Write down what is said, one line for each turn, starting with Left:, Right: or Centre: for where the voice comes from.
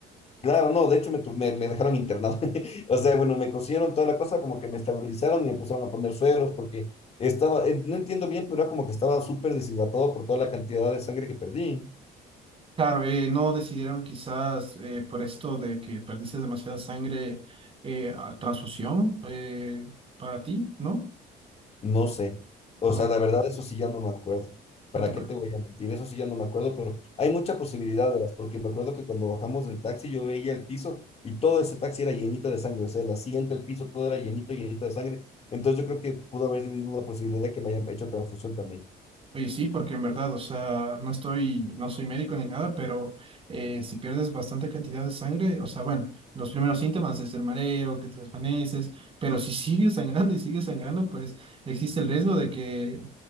Left: Claro, no, de hecho me, tu- me, me dejaron internado. <laughs> O sea, bueno, me cosieron toda la cosa, como que me estabilizaron y me pusieron a poner sueros porque estaba, eh, no entiendo bien, pero era como que estaba súper deshidratado por toda la cantidad de sangre que perdí.
Right: Claro, eh, no decidieron quizás eh, por esto de que perdiste demasiada sangre, eh, a transfusión eh, para ti, ¿no?
Left: No sé. O
Right: No,
Left: sea, la verdad, eso sí ya no me acuerdo. ¿Para
Right: no te acuerdo.
Left: qué te voy a mentir? Eso sí ya no me acuerdo, pero hay mucha posibilidad, verás, porque me acuerdo que cuando bajamos del taxi yo veía el piso y todo ese taxi era llenito de sangre. O sea, el asiento, el piso, todo era llenito, llenito de sangre. Entonces yo creo que pudo haber sido una posibilidad de que me hayan hecho transfusión también.
Right: Oye, sí, porque en verdad, o sea, no estoy, no soy médico ni nada, pero eh, si pierdes bastante cantidad de sangre, o sea, bueno, los primeros síntomas es el mareo, que te desvaneces, pero si sigues sangrando y sigues sangrando, pues existe el riesgo de que